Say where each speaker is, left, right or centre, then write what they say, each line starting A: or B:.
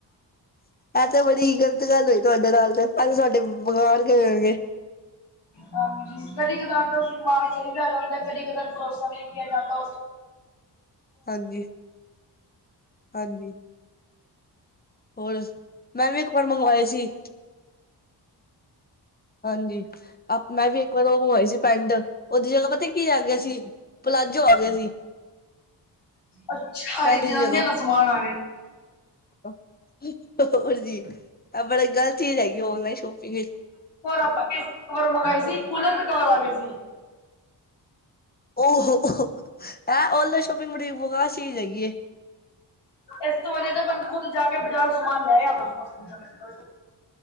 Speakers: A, on the left; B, on the left.
A: ਐ, ਤੇ ਬੜੀ ਗ਼ਲਤ ਗੱਲ ਹੋਈ ਤੁਹਾਡੇ ਨਾਲ, ਤੇ ਅ ਸਾਡੇ ਬਕਾਰ ਗਏ ਹੋਣਗੇ।
B: ਹਾਂਜੀ, ਕਦੀ-ਕਦਾਰ ਮਾਲ ਸਈ ਪੈ ਜਾਂਦਾ, ਕਦੀ ਕਦਾਰ ਪਰੋਸਾ ਵੀ ਨੀ ਕਿਆ ਜਾਂਦਾ ਔਸ
A: ਹਾਂਜੀ-ਹਾਂਜੀ। ਹੋਰ, ਮੈਂ ਵੀ ਇੱਕ ਵਾਰ ਮੰਗਵਾਏ ਸੀ। ਹਾਂਜੀ। ਆਪਾ ਜੀ ਇੱਕ ਵਾਰ ਔ ਮੰਗਵਾਈ ਸੀ, ਪੈਂਟ ਔਦੀ ਜਗ੍ਹਾ ਪਤਾ ਕੀ ਆ ਗਿਆ ਸੀ, ਪਲਾਜੋ ਆ ਗਿਆ ਸੀ।
B: ਅੱਛਾ
A: ਪੈਂਟ
B: ਜੀ,
A: ਦੀ
B: ਜਨਾਨੀ
A: ਜਗ੍ਹਾ
B: ਵਾਲਾ ਸਮਾਨ ਆ ਗਿਆ।
A: <inaudible> ਹੋਰ ਜੀ, ਐ ਬੜੇ ਗ਼ਲਤ ਚੀਜ਼ ਹੈਗੀ ਔਨਲਾਈਨ ਸ਼ੋਪਿੰਗ।
B: ਹੋਰ, ਆਪਾਂ ਏਸੀ ਕਵਰ ਮੰਗਾਏ ਸੀ, ਕੂਲਰ ਦੇ ਕਵਰ ਆ ਗੇ ਸੀ।
A: ਔਹੋ-ਔਹੋ, ਐ ਔਨਲਾਈਨ ਸ਼ੋਪਿੰਗ ਬੜੀ ਬਕਾਰ ਚੀਜ਼ ਹੈਗੀ ਏ।
B: ਏਸ ਤੋ ਵਧਿਆ, ਤੇ ਬੰਦਾ ਖੁੱਦ ਜਾ ਕੇ ਬਾਜ਼ਾਰੋ ਸਮਾਨ ਲੈ ਆਏ ਅਪਣਾ।